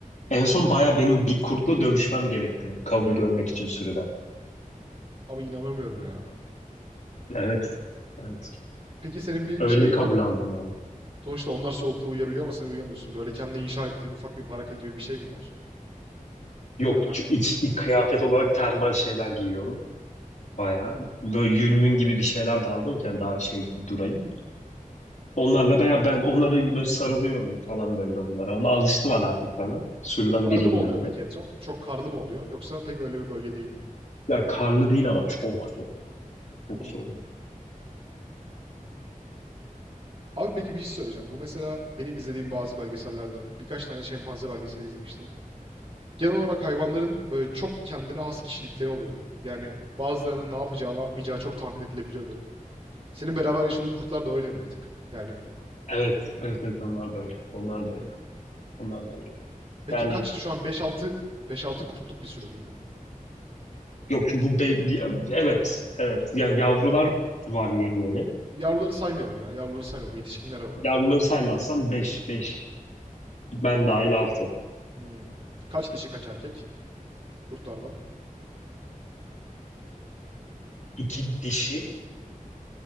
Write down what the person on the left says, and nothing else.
En son bayağı benim bir kurtla dövüşmem gerekti kabul görmek için sürüden.
Evet. Evet.
Öyle
kabul
aldım yani.
Yok
ç- iç, iç kıyafet olarak termal şeyler giyiyorum. Bayağı. Böyle yünmün gibi bir şeyler de aldım ki yani daha şey durayım. Onlarla bayağı ben onları böyle sarılıyorum falan böyle onlara. Ona alıştılar artık bana. Sürüden
biriyim
ben
de.
Ya karlı değil ama çok soğuk. Çok
soğuk.
Evet, evet, evet onlar da öyle. Onlar da öyle. Onlar da öyle.
Yani
yok bu be, bir- evet, evet. Yani yavrular var yeni yeni.
Yavruları saymazsam beş beş ben dahil altı.
İki dişi